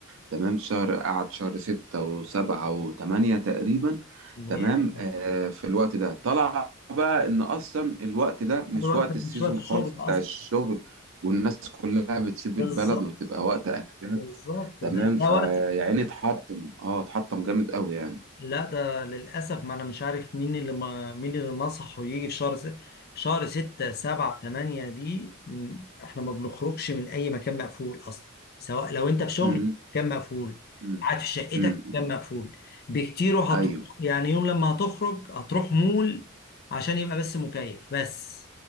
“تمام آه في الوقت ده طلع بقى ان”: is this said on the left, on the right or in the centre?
Right